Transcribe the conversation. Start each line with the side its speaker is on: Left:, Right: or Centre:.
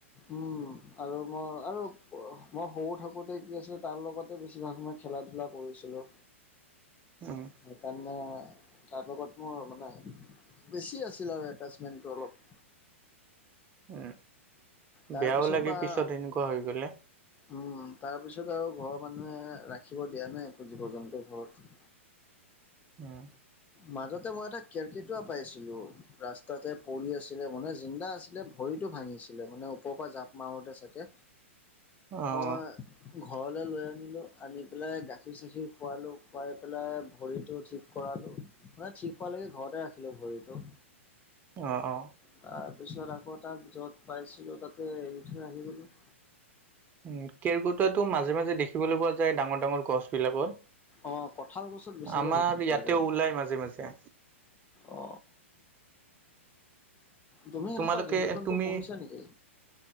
Left: উম, আৰু মই আৰু মই সৰু থাকোঁতে কি আছিলে, তাৰ লগতে বেছিভাগ সময় খেলা-ধূলা কৰিছিলোঁ।
Right: উম।
Left: সেইকাৰণে, তাৰ লগত মোৰ মানে বেছি আছিল আৰু এটাচমেণ্টটো অলপ।
Right: উম,
Left: তাৰপিছৰ
Right: বেয়াও লাগে
Left: পৰা
Right: পিছত এনেকুৱা হৈ গ'লে।
Left: উম, তাৰ পিছত আৰু ঘৰৰ মানুহে ৰাখিব দিয়া নে একো জীৱ-জন্তু ঘৰত।
Right: উম।
Left: মাজতে মই এটা কেৰকেটুৱা পাইছিলোঁ, ৰাস্তাতে পৰি আছিলে মানে, জিন্দা আছিলে ভৰিটো ভাঙিছিলে, মানে ওপৰৰ পৰা জাপ মাৰোঁতে চাগে।
Right: অ',
Left: মই ঘৰলৈ লৈ আনিলো আনি পেলাই গাখীৰ চাখীৰ খোৱালো খুৱাই পেলাই ভৰিটো ঠিক কৰালো মানে ঠিক হোৱালৈকে ঘৰতে ৰাখিলো ভৰিটো
Right: অ অ
Left: তাৰপিছত আকৌ তাক য'ত পাইছিলোঁ তাতে এৰি থৈ আহি গ'লো
Right: উ কেৰকোটুৱাটো মাজে মাজে দেখিবলৈ পোৱা যায় ডাঙৰ ডাঙৰ গছ বিলাকত
Left: অ কঁঠাল গছত বেছিকে
Right: আমাৰ
Left: দেখি পোৱা
Right: ইয়াতেও
Left: যায়
Right: ওলাই মাজে মাজে
Left: অ তুমি সেনেকুৱা
Right: তোমালোকে
Left: জন্তু চন্তু
Right: তুমি
Left: পুহিছা নেকি